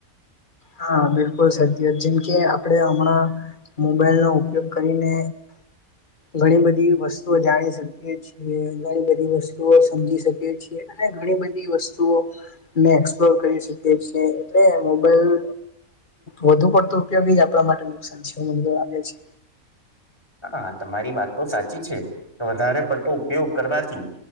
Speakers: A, on the left; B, on the left.
A: હા બિલકુલ સત્ય જેમકે આપણે હમણાં મોબાઈલનો ઉપયોગ કરીને. ઘણી બધી વસ્તુઓ જાણી શકીએ છીએ ઘણી બધી વસ્તુઓ સમજી શકીએ છીએ. અને ઘણી બધી વસ્તુઓને એક્સપ્લોર કરી શકીએ છીએ એટલે મોબાઈલ, વધુ પડતો ઉપયોગી જ આપણા માટે નુકસાન છે મને તો લાગે છે.
B: હા તમારી વાત તો સાચી છે તો વધારે પડતો ઉપયોગ કરવાથી.